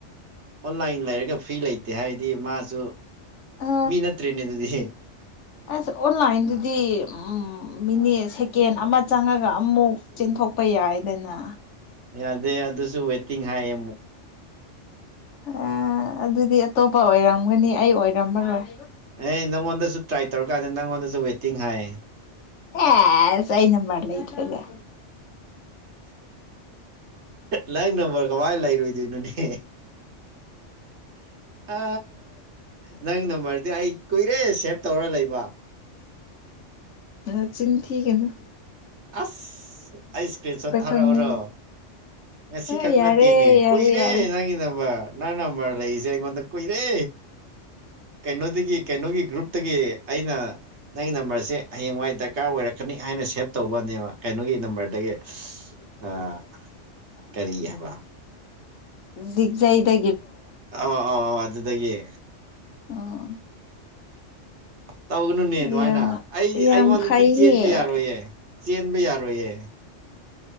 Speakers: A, on the right; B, on the left.
A: ꯑꯣꯟꯂꯥꯏꯟ ꯂꯩꯔꯒ ꯐ꯭ꯔꯤ ꯂꯩꯇꯦ ꯍꯥꯏꯗꯤ ꯃꯥꯁꯨ
B: ꯑ
A: ꯃꯤ ꯅꯠꯇ꯭ꯔꯦꯅꯦ ꯑꯗꯨꯗꯤ
B: ꯑꯁ ꯑꯣꯟꯂꯥꯏꯟꯗꯗꯤ ꯎꯝ ꯃꯤꯅꯦ ꯁꯦꯀꯦꯟ ꯑꯃ ꯆꯪꯉꯒ ꯑꯃꯨꯛ ꯆꯦꯟꯊꯣꯛꯄ ꯌꯥꯏꯗꯅ
A: ꯌꯥꯗꯦ ꯑꯗꯨꯁꯨ ꯋꯦꯠꯇꯤꯡ ꯍꯥꯏꯌꯦ ꯑꯃꯨꯛ
B: ꯑ ꯑꯗꯨꯗꯤ ꯑꯇꯣꯞꯄ ꯑꯣꯏꯔꯝꯒꯅꯤ ꯑꯩ ꯑꯣꯏꯔꯝꯃꯔꯣꯏ
A: ꯑꯦ ꯅꯪꯉꯣꯟꯗꯁꯨ ꯇ꯭ꯔꯥꯏ ꯇꯧꯔꯀꯥꯟꯗ ꯅꯪꯉꯣꯟꯗꯁꯨ ꯋꯦꯇꯤꯡ ꯍꯥꯏ
B: ꯑꯦ ꯁꯥꯏꯩꯅꯝꯕꯥꯠꯂ ꯏꯇꯔꯒꯦ
A: ꯅꯪ ꯅꯝꯕꯔ ꯀꯃꯥꯏꯅ ꯂꯩꯔꯣꯏꯗꯣꯏꯅꯣꯅꯦ ꯑ ꯅꯪ ꯅꯝꯕꯗꯤ ꯑꯩ ꯀꯨꯏꯔꯦ ꯁꯦꯚ ꯇꯧꯔ ꯂꯩꯕ
B: ꯎ ꯆꯤꯟ ꯊꯤꯒꯅ
A: ꯑꯁ ꯑꯩ ꯏꯁꯀ꯭ꯔꯤꯟ ꯁꯣꯠ ꯊꯥꯔꯛꯎꯔꯣ
B: ꯈꯪꯅꯕ
A: ꯉꯁꯤ
B: ꯑ
A: ꯈꯛ
B: ꯌꯥꯔꯦ
A: ꯅꯠꯇꯦꯅꯦ
B: ꯌꯥꯔꯦ
A: ꯀꯨꯏꯔꯦ
B: ꯌꯥꯔꯦ
A: ꯅꯪꯒꯤ ꯅꯝꯕ ꯅ ꯅꯝꯕꯔꯦ ꯏꯁꯦꯗ ꯀꯏꯔꯦ ꯀꯩꯅꯣꯗꯒꯤ ꯀꯩꯅꯣꯒꯤ ꯒ꯭ꯔꯨꯞꯇꯒꯤ ꯑꯩꯅ ꯅꯪꯒꯤ ꯅꯝꯕꯔꯁꯦ ꯍꯌꯦꯡꯋꯥꯏꯗ ꯗꯔꯀꯥꯔ ꯑꯣꯏꯔꯛꯀꯅꯤ ꯍꯥꯏꯅ ꯁꯦꯞ ꯇꯧꯕꯅꯦꯕ ꯀꯩꯅꯣꯒꯤ ꯅꯝꯕꯔꯗꯒꯤ
B: <inaudible>
A: ꯑ ꯀꯔꯤ ꯍꯥꯏꯕ
B: ꯖꯤꯛꯖꯥꯏꯗ
A: ꯑ ꯑꯥꯎ ꯑ ꯑꯗꯨꯗꯒꯤ
B: ꯑꯣ
A: ꯇꯧꯒꯅꯨꯅꯦ
B: ꯌꯥꯝ
A: ꯑꯗꯨꯃꯥꯏꯅ ꯑꯩ
B: ꯌꯥꯝ
A: ꯑꯩꯉꯣꯟꯗꯗꯤ
B: ꯐꯩꯅꯦ
A: ꯆꯦꯟꯕ ꯌꯥꯔꯣꯏꯌꯦ ꯆꯦꯟꯕ ꯌꯥꯔꯣꯏꯌꯦ